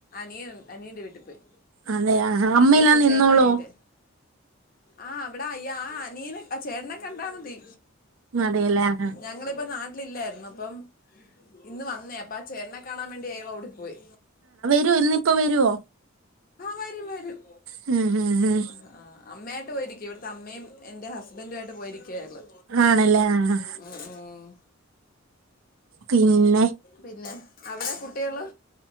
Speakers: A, on the left (about 40°); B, on the right (about 70°).
A: നിയൻ അനിയൻന്റെ വീട്ടി പോയി
B: അതെ ആ അമ്മയെല്ലാം
A: ഇവിട്ത്തെ
B: നിന്നോളോ
A: ചേട്ടന്റെ അനിയന്റെ. ആഹ് അവിടെയ്യ അനിയനെ ചേട്ട്നെകണ്ടാ മതി.
B: അതെല്ലേ ആ
A: ഞങ്ങളിപ്പ ന ലില്ലായ്‌ർന്ന് അപ്പം ഇന്ന് വന്നേ അപ്പ ആ ചേട്ടനെ കാണാൻ വേണ്ടി അയാൾ ഓടി പോയി.
B: വരുന്നെ ഇപ്പോ വരുവോ?
A: വരും വരും
B: മം മം മം
A: ആ, അമ്മയായിട്ട് പോയിരിക്കും ഇവിട്ത അമ്മേം എന്റെ ഹസ്ബൻറു ആയിട്ട് പോയിരിക്ക അയാള്
B: ആണല്ലേ ആ
A: മം മം.
B: പിന്നെ
A: പിന്നെ അവിടെ കുട്ടികള്.